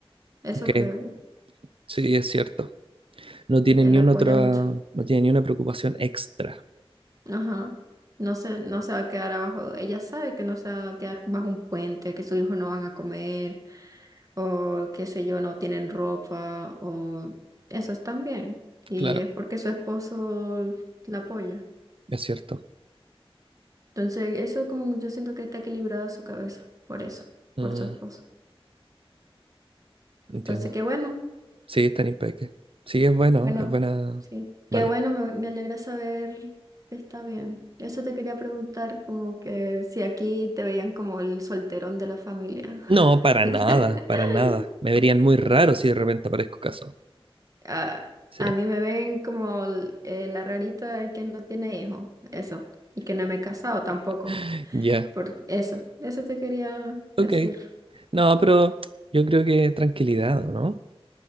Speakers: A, on the right; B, on the right.
A: Eso
B: Ok,
A: creo yo.
B: sí, es cierto. No tiene
A: Él
B: ni
A: la
B: una
A: apoya
B: otra,
A: mucho.
B: no tiene ni una preocupación extra.
A: Ajá. No se, no se va a quedar abajo. Ella sabe que no se va a quedar bajo un puente, que sus hijos no van a comer, o qué sé yo, no tienen ropa, o eso están bien. Y
B: Claro,
A: es porque su esposo la apoya.
B: es cierto.
A: Entonces, eso como yo siento que está equilibrada su cabeza, por eso,
B: Mm,
A: por su esposo.
B: entiendo.
A: Entonces, qué bueno,
B: Sí, está en Impeque. Sí, es bueno,
A: bueno,
B: es buena.
A: sí, qué
B: Vale.
A: bueno, me, me alegra saber que está bien. Eso te quería preguntar, como que si aquí te veían como el solterón de la familia.
B: No, para
A: <laughs>
B: nada, para nada. Me verían muy raro si de repente aparezco caso.
A: Ah,
B: Sí.
A: a mí me ven como el- eh, la rarita que no tiene hijos, eso, y que no me he casado tampoco,
B: <laughs> Ya.
A: por eso, eso te quería decir.
B: Ok. No, pero yo creo que tranquilidad, ¿o ¿no?